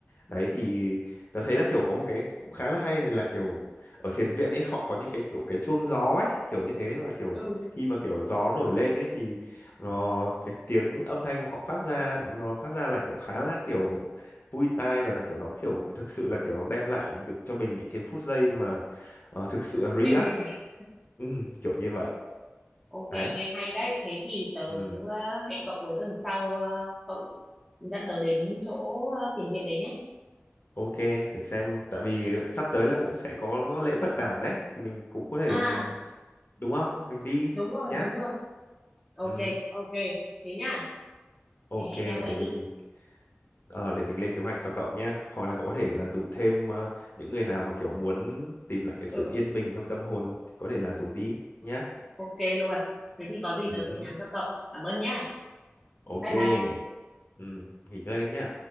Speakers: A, on the left; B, in the centre.
A: Đấy thì tớ thấy là kiểu có một cái cũng khá là hay này là kiểu ở thiền viện ấy họ có những cái kiểu cái chuông gió ấy, kiểu như thế và kiểu
B: ừ,
A: khi mà kiểu gió nổi lên ấy thì nó cái tiếng âm thanh họ phát ra nó phát ra là kiểu khá là kiểu vui tai và là kiểu nó kiểu thực sự là kiểu nó đem lại được cho mình những cái phút giây mà ờ, thực sự là relax
B: Yên Bình à?
A: ừ, kiểu như vậy
B: Ok,
A: đấy
B: nghe hay đấy. Thế thì tớ
A: ừ,
B: ờ, hẹn cậu cuối tuần sau ờ, cậu dẫn tớ đến chỗ ờ, thiền viện đấy nhé.
A: ok để xem tại vì sắp tới là cũng sẽ có lễ Phật đản đấy thì mình cũng có thể
B: À,
A: là mình đúng không mình đi
B: đúng rồi,
A: nhá
B: đúng rồi. Ok,
A: ừ,
B: ok. Thế nhá.
A: ok
B: Lại hẹn nhau vậy
A: để mình
B: đi.
A: ờ, để mình lên kế hoạch cho cậu nhá hoặc là cậu có thể là rủ thêm ờ, những người nào mà kiểu muốn tìm lại cái sự
B: Ừ,
A: yên bình trong tâm hồn thì có thể là rủ đi nhá
B: ok luôn. Thế thì có gì
A: ừ,
B: tớ sẽ
A: hứ.
B: nhắn cho cậu. Cảm ơn nhá.
A: ok
B: Bye bye.
A: ừ, nghỉ ngơi đi nhá